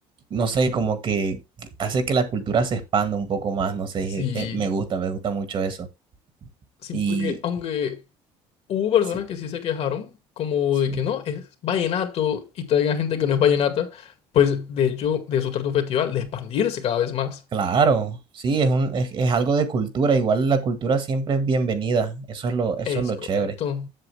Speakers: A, on the right (about 45°); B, on the left (about 60°).
A: no sé, como que hace que la cultura se expanda un poco más, no sé,
B: Sí,
A: eh, me gusta, me gusta mucho eso.
B: sí,
A: Y
B: porque aunque... Hubo personas
A: sí,
B: que sí se quejaron, como
A: sí.
B: de que no, es vallenato y traigan gente que no es vallenata, pues de hecho de eso trata un festival, de expandirse cada vez más.
A: Claro, sí, es un, es, es algo de cultura. Igual la cultura siempre es bienvenida. Eso es lo, eso
B: Es
A: es lo
B: correcto.
A: chévere.